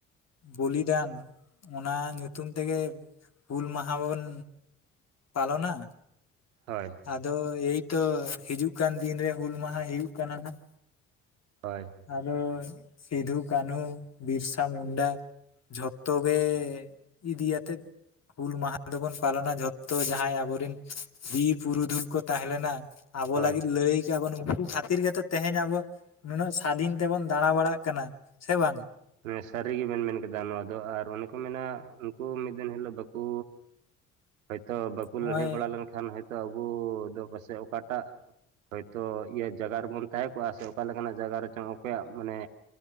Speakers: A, on the left (about 40°); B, on the right (about 75°).
A: ᱵᱚᱞᱤᱫᱟᱱ᱾ ᱚᱱᱟ ᱧᱩᱛᱩᱢ ᱛᱮᱜᱮ ᱦᱩᱞ ᱢᱟᱦᱟ ᱵᱚᱱ ᱯᱟᱞᱚᱱᱟ᱾
B: ᱦᱳᱭ
A: ᱟᱫᱚ ᱮᱭᱛᱚ ᱦᱤᱡᱩᱜ ᱠᱟᱱ ᱫᱤᱱᱨᱮ ᱦᱩᱞ ᱢᱟᱦᱟ ᱦᱮᱭᱩᱜ ᱠᱟᱱᱟᱼᱱᱟᱸᱜ᱾
B: ᱦᱳᱭ
A: ᱟᱫᱚ ᱥᱤᱫᱷᱩ, ᱠᱟᱹᱱᱩ, ᱵᱤᱨᱥᱟ ᱢᱩᱱᱰᱟᱼᱼ ᱡᱷᱚᱛᱚ ᱜᱮ ᱤᱫᱤᱼᱤᱭᱟᱛᱮᱫ᱾ ᱦᱩᱞ ᱢᱟᱦᱟ ᱫᱚᱵᱚᱱ ᱯᱟᱞᱚᱱᱟ᱾ ᱡᱷᱚᱛᱚ ᱡᱟᱦᱟᱭ ᱟᱵᱚ ᱨᱤᱱ ᱵᱤᱨ ᱯᱩᱨᱩᱫᱷᱩᱞ ᱠᱚ ᱛᱟᱦᱮᱸ ᱞᱮᱱᱟ᱾ ᱟᱵᱚ
B: ᱦᱳᱭ
A: ᱞᱟᱹᱜᱤᱫ ᱞᱟᱹᱲᱟᱭ ᱠᱟᱜᱼᱟ ᱵᱚᱱ ᱩᱱᱠᱩ ᱠᱷᱟᱹᱛᱤᱨ ᱜᱮᱛᱚ ᱛᱮᱦᱮᱧ ᱟᱵᱚ ᱱᱩᱱᱟᱹᱜᱼᱼ ᱥᱟᱹᱫᱷᱤᱱ ᱛᱮᱵᱚᱱ ᱫᱟᱬᱟ ᱵᱟᱲᱟᱜ ᱠᱟᱱᱟ ᱥᱮ ᱵᱟᱝ?
B: ᱦᱮ ᱥᱟᱹᱨᱤ ᱜᱮᱵᱮᱱ ᱢᱮᱱ ᱠᱮᱫᱟ᱾ ᱱᱚᱣᱟ ᱫᱚ ᱟᱨ ᱚᱱᱮ ᱠᱚ ᱢᱮᱱᱟ ᱩᱱᱠᱩ ᱢᱤᱫ ᱫᱤᱱ ᱦᱤᱞᱳᱜ ᱵᱟᱠᱩ ᱦᱚᱭᱛᱳ ᱵᱟᱠᱚ
A: ᱱᱚᱜᱼᱚᱭ
B: ᱞᱟᱹᱲᱦᱟᱹᱭ ᱵᱟᱲᱟ ᱞᱮᱱᱠᱷᱟᱱ ᱦᱚᱭᱛᱳ ᱟᱵᱩ-ᱩ ᱫᱚ ᱯᱟᱥᱮᱜ ᱚᱠᱟᱴᱟᱜᱼᱼ ᱦᱳᱭᱛᱳ ᱤᱭᱟᱹ ᱡᱟᱭᱜᱟ ᱨᱮᱵᱚᱱ ᱛᱟᱦᱮᱸ ᱠᱚᱜᱼᱟ ᱥᱮ ᱚᱠᱟ ᱞᱮᱠᱟᱱᱟᱜ ᱡᱟᱭᱜᱟ ᱨᱮᱪᱚᱝ ᱚᱠᱚᱭᱟᱜ ᱢᱟᱱᱮᱼᱼ